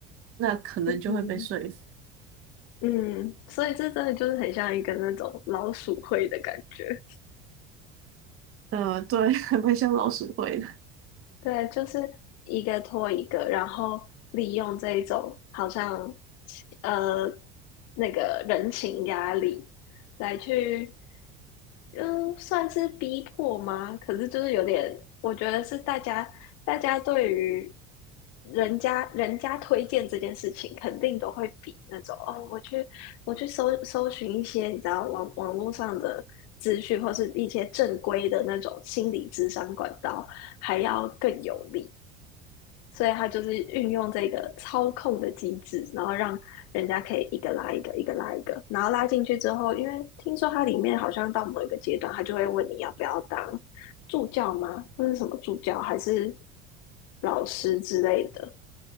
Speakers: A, on the right (about 45°); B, on the left (about 60°).
A: 那可能就会被说服。
B: 嗯嗯，所以这真的就是很像一个那种老鼠会的感觉。
A: 呃，对，<laughs> 还蛮像老鼠会的。
B: 对，就是一个拖一个，然后利用这一种好像呃那个人情压力来去，嗯，算是逼迫吗？可是就是有点，我觉得是大家。大家对于人家人家推荐这件事情，肯定都会比那种哦，我去我去搜搜寻一些你知道网网络上的资讯，或是一些正规的那种心理咨商管道，还要更有力。所以他就是运用这个操控的机制，然后让人家可以一个拉一个，一个拉一个，然后拉进去之后，因为听说它里面好像到某一个阶段，他就会问你要不要当助教吗？那是什么助教还是老师之类的？